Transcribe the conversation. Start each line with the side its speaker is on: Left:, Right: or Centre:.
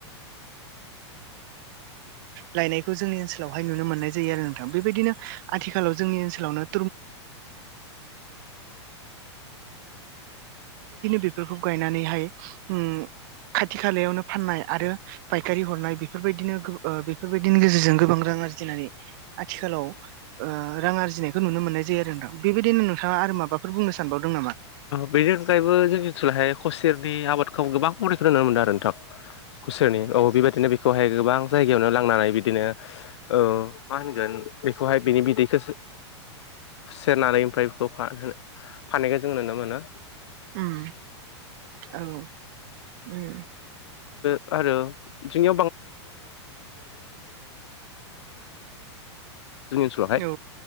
Right: लायनायखौ जोंनि ओनसोलावहाय नुनो मोननाय जायो आरो नोंथां बेबायदिनो आथिख <inaudible> बेबायदिनो बेफोरखौ गायनानैहाय उम खाथि खालायावनो फाननाय आरो फायखारि हरनाय बेफोरबायदिनो गो बेफोरबायदिनि गेजेरजों गोबां रां आरजिनानै आथिखालाव रां आरजिनायखो नुनो मोननाय जायो आरो दा बेबायदिनो नो थां आरो माबाफोर बुंनो सानबावदों नामा
Left: बेनि अनगायैबो जोंनिथिंहाय खुसेरनि आबादखौ गोबां बरिखौ नुनो मोन्दों नोंथां खुसेरनि औ बेबायदिनो बेखौहाय गोबां जायगायावनो लांनानै बिदिनो औ मा होनगोन बेखौहाय बिनि बिदैखौसो सेरनानै ओमफ्राय बेखौ फाननायखो जों नुनो मोनो
Right: उम औ उम
Left: <inaudible> <inaudible> जोंनि ओनसोलावहाय
Right: औ